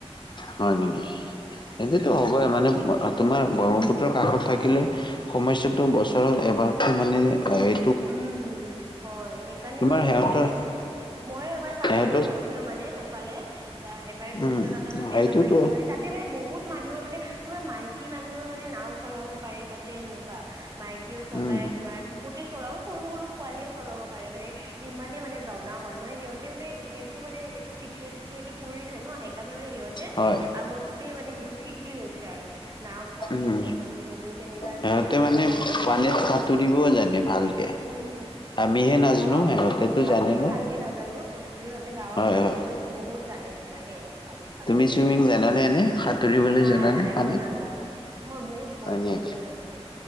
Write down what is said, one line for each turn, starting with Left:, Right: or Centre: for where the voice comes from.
Left: হয় নেকি
Right: উম,
Left: সেইটো হ'বই মানে। তোমাৰ ব্ৰহ্মপুত্ৰৰ কাষত থাকিলে সমস্যাটো বছৰত এবাৰ মানে হয়।
Right: উম উম হয় সেইকাৰণে
Left: তোমাৰ
Right: মানে
Left: সিহঁতৰ
Right: হেৰি লাগে মই এবাৰ চাবলৈ
Left: সিহঁতৰ
Right: গৈছোঁ। ছিলো মানে সেইফালে ত এবাৰে গৈছিলোঁ
Left: উম
Right: তাতে মানে
Left: সেইটোতো
Right: দেখা পাইছিলোঁ মানে তাত। মানে বহুত মানুহে মানে তোমাৰ মাইকী মানুহে মানে নাও চলাব পাৰে তাতে সেনেকুৱা মাইকী। কিয় চলাই
Left: উম
Right: তোমাৰ বহুতে। চলাও সৰু সৰু পোৱালিও চলাব পাৰে মানে ইমানে মানে জনা হ'ল মানে সিহঁতে মানে। সেইটো মানে সেইটো চিতুৱেচনটো সেইটো কৰিছে ন। সেইকাৰণে মানে সিহঁতে
Left: হয়
Right: আগতকে মানে সেইটো শিকি লৈছে আৰু। নাও চাও
Left: উম
Right: চলোৱাটো সেইবোৰ কেনেকা
Left: সিহঁতে
Right: বাচিব
Left: মানে
Right: লাগে।
Left: পানীত সাঁতুৰিবও জানে ভালকে।
Right: উম
Left: আমিহে নাজানো
Right: অ
Left: সিহঁতেতো জানে
Right: আমিয়ে
Left: ন
Right: ভালকে নাজানো সিহঁতে গাঁৱত
Left: হয়
Right: থকা
Left: হয়
Right: বোৰেতো বহুত। জানে তোমাৰ সেই পানীত সাঁতুৰিব
Left: তুমি চুইমিং
Right: জানে
Left: জানানে এনে সাঁতুৰিবলৈ
Right: নাই
Left: জানানে
Right: নাই
Left: পানীত
Right: মই নাজানো। মই বহুত
Left: হয়
Right: ভয়
Left: নেকি
Right: কৰো মই নাজানো।